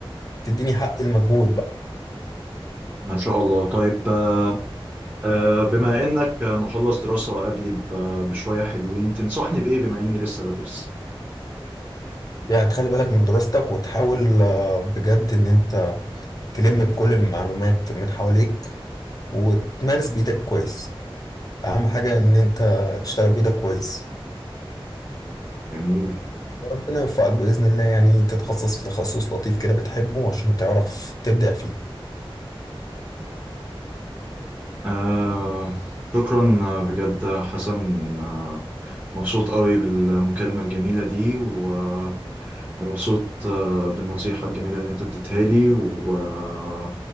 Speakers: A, on the left; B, on the right.
A: تديني حق المجهود بقى
B: ما شاء الله طيب آه، آه، بما انك مخلص دراسة قبلي ب- بشوية حلوين تنصحني بإيه بما اني لسه بدرس
A: يعني تخلي بالك من دراستك وتحاول آه، بجد إن أنت تلم بكل المعلومات من حواليك وتمارس بإيدك كويس أهم حاجة إن أنت تشتغل بإيدك كويس
B: جميل
A: وربنا يوفقك بإذن الله يعني تتخصص في تخصص لطيف كده بتحبه عشان تعرف تبدع فيه
B: آه، شكرا آه، بجد حسن آه، مبسوط قوي بالمكالمة الجميلة دي و- ومبسوط آه، بالنصيحة الجميلة اللي انت اديتها لي و-